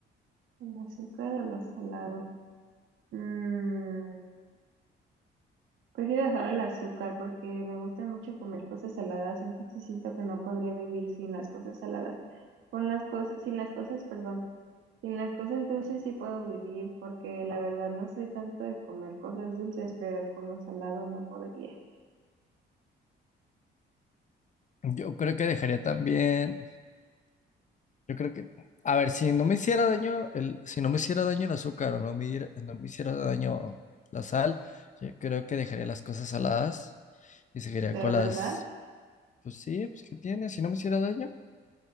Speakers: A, on the right; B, on the left.
A: El azúcar o lo salado. Mm, Prefiero dejar el azúcar porque me gusta mucho comer cosas saladas, entonces siento que no podría vivir sin las cosas saladas. Con las cosas, sin las cosas, perdón, sin las cosas dulces sí puedo vivir porque la verdad no soy tanto de comer cosas dulces, pero con lo salado no podría.
B: Yo creo que dejaría también, yo creo que, a ver, si no me hiciera daño el, si no me hiciera daño el azúcar o no me, hiera- no me hiciera daño la sal, yo creo que dejaría las cosas saladas Y se quería
A: De
B: con
A: verdad,
B: las, pues sí, pues ¿qué tiene? Si no me hiciera daño.